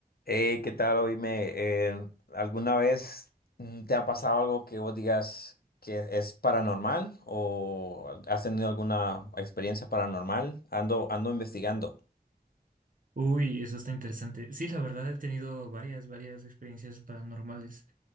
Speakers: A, on the left; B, on the right.
A: Hey, ¿qué tal? Oíme, eh, ¿alguna vez mm, te ha pasado algo que vos digas que es paranormal o has tenido alguna experiencia paranormal? Ando, ando investigando.
B: Uy, eso está interesante. Sí, la verdad he tenido varias, varias experiencias paranormales.